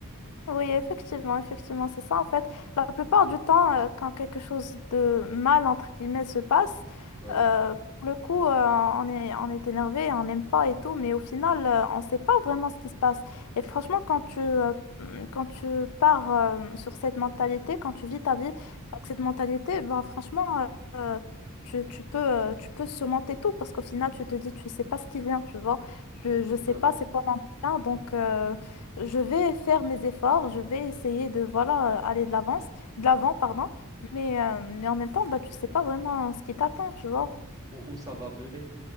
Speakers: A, on the left; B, on the right.
A: Oui, effectivement, effectivement, c'est ça en fait. La plupart du temps, euh, quand quelque chose de mal, entre guillemets, se passe,
B: Ouais,
A: euh, pour le coup, euh, on est, on est énervé, on n'aime pas et tout, mais au final, euh, on ne sait pas vraiment ce qui se passe. Et franchement, quand tu, euh, mm, quand tu pars euh, sur cette mentalité, quand tu vis ta
B: <laughs>
A: vie avec cette mentalité, bah, franchement, euh, euh, tu, tu peux, euh, tu peux surmonter tout parce qu'au final, tu te dis, tu ne sais pas ce qui vient, tu vois. Je
B: exactement.
A: ne sais pas c'est quoi mon bien, donc... euh, je vais faire mes efforts, je vais essayer de voilà euh, aller de l'avance, de l'avant,
B: Ouais.
A: pardon, mais, euh, mais en même temps, bah tu sais pas vraiment ce qui t'attend, tu vois.
B: Où, où ça va mener.